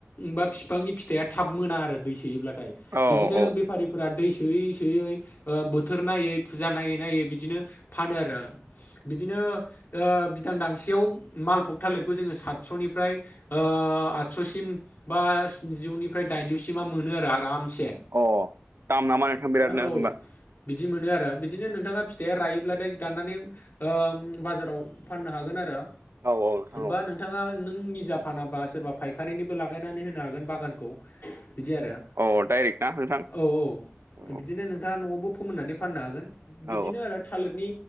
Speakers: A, on the left (about 50°); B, on the right (about 65°).
A: बिफांनि फिथाइया थाब मोना आरो दै सोयोब्लाथाय
B: औ
A: बिदिनो
B: औ
A: बेफारिफोरा दै सोयै सोयै बोथोर नायै फुजा नायै नायै बिदिनो फानो आरो बिदिनो बिदांदांसेयाव मालफग थालिरखौ जोङो सातस'निफ्राय ओ ओ आदस'सिम बा स्निौनिफ्राय दाइनजौसिमा मोनो आरो आरामसे
B: अ दाम नामा नोंथां बिरादनो
A: औ
B: होमबा
A: बिदि मोनो आरो बिदिनो नोंथाङा फिथाइया रायो। दाननानै ओ बाजारआव फनो होगोन आरो
B: औ औ नोंथां
A: बा नोंथाङा नों निजा फानाबा सोरबा फायखारिनिबो लागायनानै होनो हागोन बागानखौ बिदि आरो
B: अ डाइरेक्ट ना नोंथां।
A: औ औ बिदिनो
B: औ
A: नोंथाङा न'आवबो फोमोननानै फाननो हागोन
B: औ
A: बिदिनो आरो थालिरनि